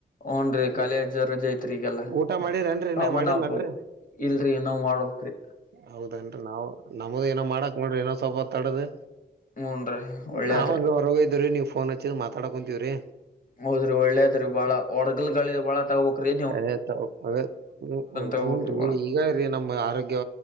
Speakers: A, on the left (about 50°); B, on the right (about 65°).
A: ಓನ್ ರೀ ಕಾಲೇಜ್ ರಜೆ ಐತೆ. ತ್ ಈಗೆಲ್ಲ
B: ಊಟ ಮಾಡಿರೇನ್ರಿ ಇನ್ನ
A: ಕಾಮನ್ಪ
B: ಮಾಡಿಲ್ಲನ್ರಿ
A: ಇಲ್ರಿ ನೋ್ ಮಾಡ್ಬಕ್. <unintelligible>
B: ಹೌದನ್ರಿ ನಾವು ನಮ್ದು ಏನೋ ಮಾಡಕ್ ನೋಡರಿ ಏನೋ ಸ್ವಲ್ಪವತ್ ಮಾತಾಡದು
A: ಹೂನ್ರಿ ಒಳ್ಳೇದ್ರಿ
B: ನಾವ್ ಹಂಗ ಹೊರಗ ಇದ್ದವ್ರೀ ನೀವು ಫೋನ್ ಹಚ್ಚಿದ್ ಮಾತಾಡಕೊಂತೀವ್ರಿ
A: ಹೌದ್ರಿ ಒಳ್ಳೇದ ರೀ ಬಾಳ ಒಡಗಲ್ಗಳಿ ಬಾಳ ತಗೋಬಬೇಕ ರೀ
B: ಆ್ತದ ಹ್ಮ
A: ತಗೋಬೇಕ್ರಿ
B: ಹುನ್ ರೀ
A: ಬಾಳ
B: ಈಗ ರೀ ನಮ್ ಆರೋಗ್ಯ